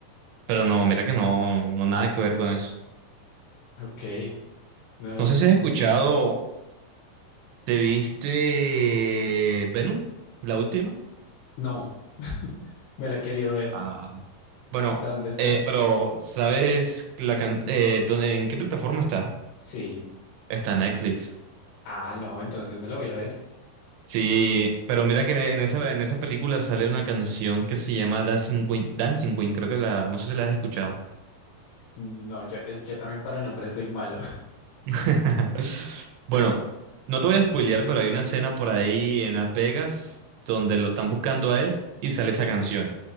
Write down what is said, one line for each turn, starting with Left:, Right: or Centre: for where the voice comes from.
Right: Pero no, mira que no, no nada que ver con eso.
Left: ok. No,
Right: No
Left: no,
Right: sé si
Left: no.
Right: has escuchado, ¿te viste Venom? La última.
Left: No, <laughs> me la he querido ver.
Right: Ah, Bueno,
Left: ¿Está dónde está?
Right: eh, pero ¿sabes la can- eh, dónde- en qué plataforma está?
Left: Sí.
Right: Está en Netflix.
Left: Ah, no, entonces me la voy a ver.
Right: Sí, pero mira que en en esa, en esa película sale una canción que se llama Dancing Queen, Dancing Queen, creo que la, no sé si la has escuchado.
Left: No, yo, eh, yo también para nombres soy malo. <laughs>
Right: <laughs> Bueno, no te voy a spoilear, pero hay una escena por ahí en Las Vegas donde lo están buscando a él y sale esa canción.